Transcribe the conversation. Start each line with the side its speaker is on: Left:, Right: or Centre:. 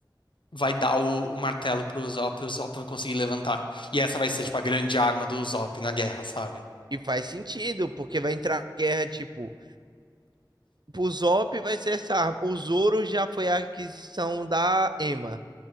Left: vai dar o, o martelo pro Usopp, e o Usopp vai conseguir levantar. E essa vai ser,
Right: Mano.
Left: tipo, a grande arma do Usopp na guerra, sabe?
Right: E faz sentido, porque vai entrar guerra, tipo, pro Zop vai ser essa arma. O Zoro já foi a aquisição da Ema.